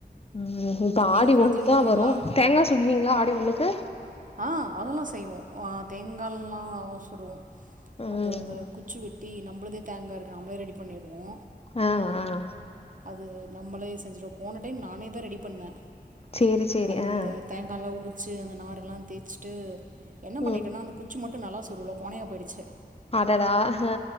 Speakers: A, on the left (about 35°); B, on the right (about 50°).
A: உம் இப்ப
B: நீங்க
A: ஆடி
B: ஃபுல்லா
A: ஒண்ணு
B: கிளீன்
A: தா
B: பண்ணுவீங்களா
A: வரு தேங்கா சுடுவீங்ளா ஆடி ஒண்ணுக்கு
B: ஆ அதல்லா செய்வோ ஆ தேங்கல்லா சுடுவோ
A: ம்
B: அதந்த குச்சி வெட் ட்டி நம்பளுதே தேங்கா இருக்கா நாம்ளே ரெடி பண்ணிடுவோ
A: அ ஆ
B: அது நம்மளே செஞ்சுரு போன டைம் நானே தா ரெடி பண்ணே
A: சேரி சேரி
B: அந்தத்
A: ஆ
B: தேங்காலா உரிச்சு அந்த நார்ருலான் ச்ட்டு என்ன பண்ணிட்டேன்னா
A: ம்
B: அந்த குச்சி மட்டு நல்லா சொருவுல கோனையா போய்டுச்சு
A: டடா ஹு